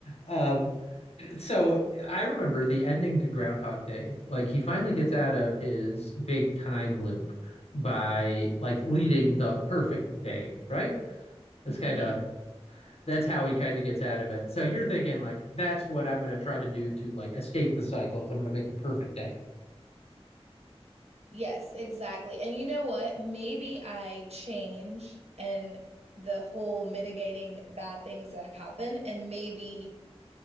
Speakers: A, on the left; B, on the right.
A: Um, so I remember the ending to Groundhog Day. Like he finally gets out of his big time loop by like leading the perfect day, right? It's
B: hmm
A: kind of that's how he kind of gets out of it. So you're thinking like that's what I'm going to try to do to like escape the cycles. I'm going to make the perfect day.
B: Yes, exactly. And you know what? Maybe I change and the whole mitigating bad things that happen and maybe